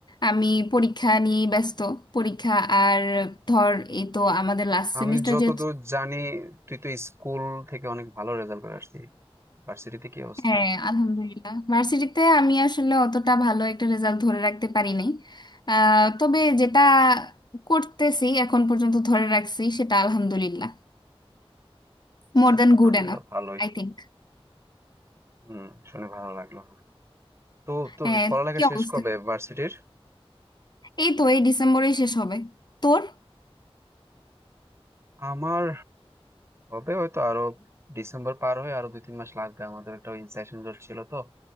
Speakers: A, on the left; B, on the right.
A: আমি পরীক্ষা নিয়ে ব্যস্ত পরীক্ষা আর ধর এই তো আমাদের লাস্ট
B: আমি
A: সেমিস্টার
B: যতদূর
A: যে
B: জানি তুই তো স্কুল থেকে অনেক ভালো রেজাল্ট করে আসছিস ভার্সিটিতে কি অবস্থা
A: হ্যাঁ আলহামদুলিল্লাহ ভার্সিটিতে আমি আসলে অতটা ভালো একটা রেজাল্ট ধরে রাখতে পারি নাই আহ, তবে যেটা করতেছি এখন পর্যন্ত ধরে রাখছি সেটা আলহামদুলিল্লাহ more
B: যাক
A: than
B: আলহামদুলিল্লাহ
A: good enough
B: ভালোই
A: I think
B: হুম শুনে ভালো লাগলো তো তোর
A: হ্যাঁ
B: পড়ালেখা
A: তোর কি
B: শেষ
A: অবস্থা
B: কবে ভার্সিটির
A: এই তো এই ডিসেম্বরেই শেষ হবে তোর
B: আমার হবে হয়তো আরো ডিসেম্বর পার হয়ে আরো দুই তিন মাস লাগবে আমাদের একটা ওই সেশন জট ছিল তো